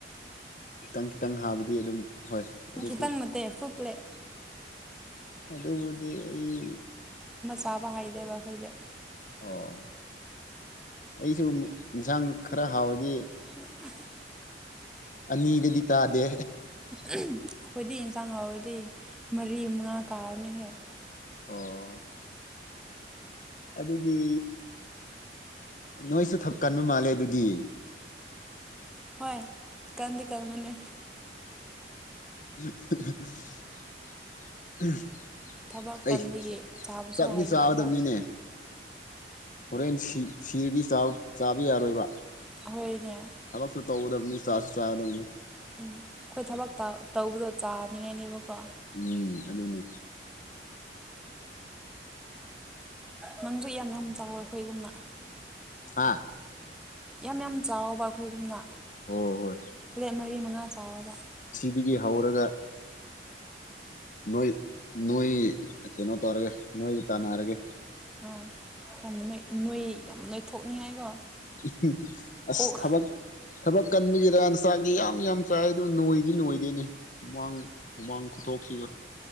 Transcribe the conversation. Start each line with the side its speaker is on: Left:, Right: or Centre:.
Left: ꯈꯤꯇꯪ ꯈꯤꯇꯪ ꯍꯥꯕꯗꯤ ꯑꯗꯨꯝ ꯍꯣꯏ ꯑꯗꯨꯁꯨ
Centre: ꯈꯤꯇꯪ ꯅꯠꯇꯦ ꯐꯨꯨꯜ ꯄ꯭ꯂꯦꯠ
Left: ꯑꯗꯨꯗꯕꯨꯗꯤ ꯑꯩ
Centre: ꯇꯥꯕꯥ ꯍꯥꯏꯗꯦ ꯕꯥ ꯑꯩꯈꯣꯏꯗꯤ
Left: ꯑꯣ ꯑꯩꯁꯨ ꯌꯦꯟꯁꯥꯡ ꯈꯔ ꯍꯥꯎꯔꯗꯤ
Centre: <inaudible>
Left: ꯑꯅꯤꯗꯒꯤ ꯇꯥꯗꯦ
Centre: ꯑꯩꯈꯣꯏꯗꯤ ꯌꯦꯟꯁꯥꯡ ꯍꯥꯎꯔꯗꯤ ꯃꯔꯤ ꯃꯉꯥ ꯀꯥꯔꯅꯤꯍꯦ
Left: ꯑꯣ ꯑꯗꯨꯗꯤ ꯅꯣꯏꯁꯨ ꯊꯛ ꯀꯟꯕ ꯃꯥꯜꯂꯦ ꯑꯗꯨꯗꯤ
Centre: ꯍꯣꯏ ꯀꯟꯗꯤ ꯀꯟꯕꯅꯤ
Left: <inaudible>
Centre: ꯊꯕꯛ
Left: ꯑꯩ
Centre: ꯀꯟꯕ ꯒꯤ ꯆꯥꯕꯁꯨ
Left: ꯆꯥꯛꯇꯤ
Centre: ꯍꯩꯕ
Left: ꯆꯥꯒꯗꯕꯅꯤꯅꯦ
Centre: ꯑꯗꯨ
Left: ꯍꯣꯔꯦꯟ ꯁꯤ ꯁꯤꯔꯗꯤ ꯆꯥꯕ ꯌꯥꯔꯣꯏꯕ
Centre: ꯍꯣꯢꯅꯤ
Left: ꯊꯕꯛꯁꯨ ꯇꯧꯒꯗꯕꯅꯤ ꯆꯥꯁꯨ ꯆꯥꯒꯗꯕꯅꯤ
Centre: ꯎꯝ ꯑꯩꯈꯣꯏ ꯊꯕꯛ ꯇꯧꯕꯗꯣ ꯆꯥꯅꯤꯡꯉꯥꯏꯅꯦꯕꯀꯣ
Left: ꯎꯝ ꯑꯗꯨꯅꯤ
Centre: ꯅꯪꯁꯨ ꯌꯥꯝ ꯌꯥꯝ ꯆꯥꯑꯣ ꯑꯩꯈꯣꯏꯒꯨꯝꯅ
Left: ꯍꯥ
Centre: ꯌꯥꯝ ꯌꯥꯝ ꯆꯥꯎꯕ ꯑꯩꯈꯣꯏꯒꯨꯝꯅ
Left: ꯍꯣꯏ ꯍꯣꯏ
Centre: ꯄ꯭ꯂꯦꯠ ꯃꯔꯤ ꯃꯉꯥ ꯆꯥꯎꯑꯣꯕ
Left: ꯗꯒꯤ ꯍꯧꯔꯒ ꯅꯣꯏ ꯅꯣꯏ ꯀꯩꯅꯣ ꯇꯧꯔꯒꯦ ꯅꯣꯏ ꯇꯥꯟꯅꯔꯒꯦ
Centre: ꯑꯥ ꯌꯥꯝ ꯅꯣꯏ ꯌꯥꯝ ꯅꯣꯏꯊꯣꯛꯅꯤꯡꯉꯥꯏꯀꯣ
Left: ꯎꯝ ꯑꯁ
Centre: ꯑꯣꯛ
Left: ꯊꯕꯛ ꯊꯕꯛ ꯀꯟꯕꯒꯤꯔ ꯅꯁꯥꯒꯤ ꯌꯥꯝ ꯌꯥꯝ ꯌꯥꯝ ꯆꯥꯏ ꯑꯗꯨ ꯅꯣꯏꯗꯤ ꯅꯣꯏꯗꯦꯅꯦ ꯍꯨꯃꯥꯡ ꯍꯨꯃꯥꯡ ꯈꯨꯊꯣꯛꯁꯤꯒ